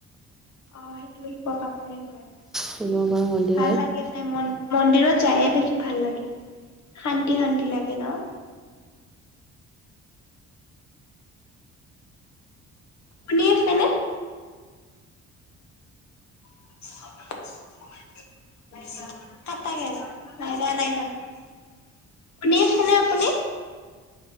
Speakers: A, on the left; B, in the centre.
A: <unintelligible>
B: শিৱবাৰ মন্দিৰ
A: ভাল
B: হয়
A: লাগে জাই, মন-মন্দিৰত যায় বেছি ভাল লাগে, শান্তি শান্তি লাগে ন। শুনি আছেনে? <unintelligible> <unintelligible> শুনি আছেনে আপুনি?